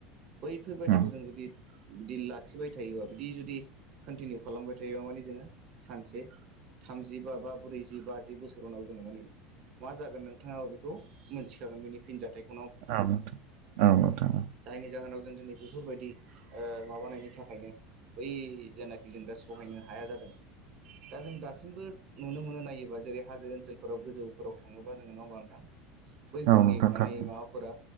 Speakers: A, on the right; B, on the right.
A: बैफोर बायदिखौ
B: औ
A: जों जुदि बिदि लाखिबाय थायोबा बिदि जुदि कन्टिनिउ खालामबाय थायोबा माने जोङो सानसे थामजिबा बा ब्रैजि बाजि बोसोर उनाव जोङो माने मा जागोन नोंथाङाबो बेखौ मोनथिखागोन बेनि फिनजाथाइखौ
B: औ औ नोंथां औ
A: जायनि जाहोनाव जों दिनै बेफोर बायदि ओ माबानायनि थाखायनो बै जेनाखि जों दा सहायनो हाया जादों दा जों दासिमबो नुनो मोनो नायोबा जेरै हाजो ओनसोलफोराव गोजौफोराव थाङोबा जोङो नङा होमबा नोंथां। बैफोरनि
B: औ नोंथां
A: माने
B: थारैनो
A: माबाफोरा
B: औ